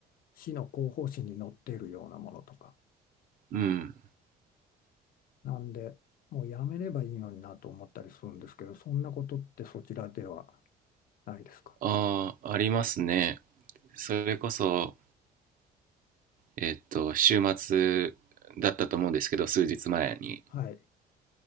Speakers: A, on the left; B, on the right.
A: 市の広報誌に載っているようなものとか
B: うん、
A: なんでもうやめればいいのになと思ったりするんですけどそんなことってそちらではないですか
B: ああ、ありますね。それこそ、えっと、週末だったと思うんですけど、数日前に。
A: はい。